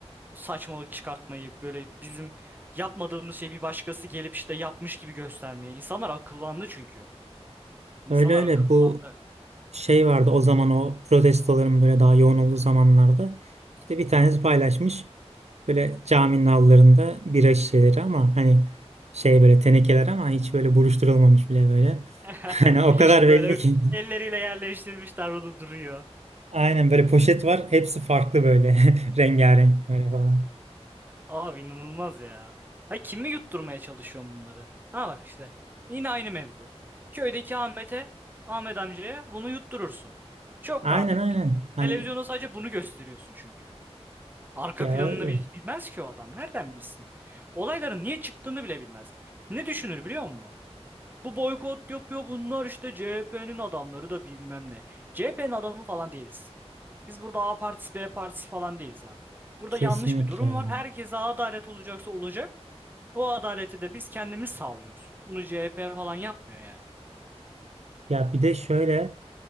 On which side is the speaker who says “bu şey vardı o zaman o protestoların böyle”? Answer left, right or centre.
Right